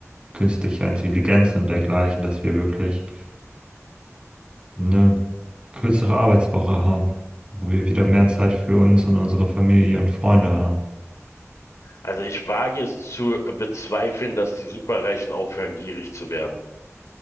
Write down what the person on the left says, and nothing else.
Also ich wage es zu bezweifeln, dass die Superreichen aufhören, gierig zu werden.